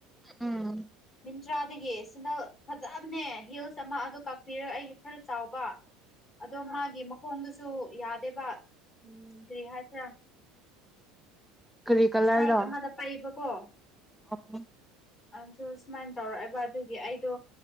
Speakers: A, in the centre; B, on the left.
A: ꯎꯝ
B: ꯇ꯭ꯔꯥꯗꯒꯤ ꯁꯤꯗ ꯐꯖꯕꯅꯦ ꯍꯤꯜꯁ ꯑꯃ ꯑꯗꯨ ꯀꯛꯄꯤꯔꯒ ꯑꯩ ꯈꯔ ꯆꯥꯎꯕ ꯑꯗꯣ ꯃꯥꯒꯤ ꯃꯈꯣꯡꯗꯨꯁꯨ ꯌꯥꯗꯦꯕ ꯎꯝ ꯀꯔꯤ ꯍꯥꯏꯁꯤꯔꯥ
A: ꯀꯔꯤ ꯀꯂꯔꯗꯣ
B: ꯁꯥꯏꯠ ꯑꯃꯗ ꯄꯛꯑꯕꯀꯣ
A: <unintelligible>
B: ꯑꯗꯨ ꯁꯨꯃꯥꯏꯅ ꯇꯧꯔꯛꯑꯕ ꯑꯗꯨꯒꯤ ꯑꯩꯗꯣ